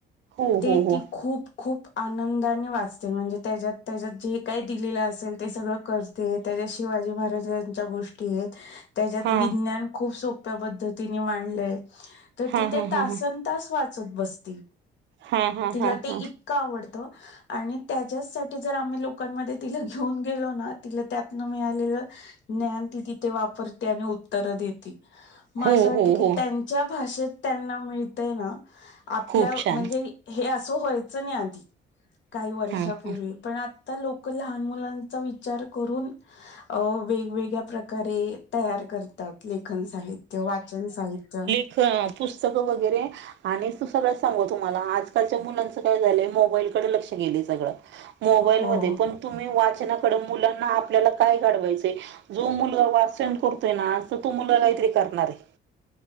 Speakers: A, on the right (about 65°); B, on the left (about 65°).
A: हो
B: ते
A: हो हो
B: ती खूंप खूंप आनंदाने वाचते म्हणजे त्यांच्यात त्यांच्यात जे कायं दिलेलं असेल ते सगळं करं ते त्यांच्यात शिवाजी महाराजांच्या गोष्टी आहेतं त्यांच्यात
A: हा
B: विज्ञान खूंप सोप्या पद्धतीने मांडलंय तरं
A: हा
B: तिथे
A: हा
B: तांसन
A: हा हा
B: ता तांस वाचतं बसतील
A: हा हा
B: तिलां
A: हा हा
B: ते इतं कां आवडतं आणि त्यांच्याचसांठी जरं आम्हीं लोकांमध्ये तिलां घेऊन गेलो नां तिलां त्यांतन मिळालेलं ज्ञान ते तिथे वापरते आणि उत्तरं देती मंग
A: हो
B: असं वाटतं
A: हो
B: की
A: हो
B: त्यांच्या भाषेत त्यांना मिळतय नां आपल्या
A: खूप छान
B: म्हणजे हे असं व्हायचं नाहीं आधी कांहीं वर्षापूर्वी
A: हा हा
B: पणं आं आंता लोकं लहांन मुलांचा विचार करूंन अं वेगवेगळ्यां प्रकारे तयार करतं त्यांत लेखन साहित्य वाचन साहित्य
A: हम्मं पुस्तकं वगैरें आणि तूं सगळं सांगो तुम्हांला आंजकांलच्या मुलांचं कायं झालंय मोबाईलकडे लंक्ष गेलंय सगळं मोबाईल
B: हो
A: मध्यें पणं तुम्हीं वाचनाकडे मुलांना आपल्यांला कायं काढवायचं जो मुलं वाचंन करतोय नां तरं तो मुलं कांहीतरी करणारं आहे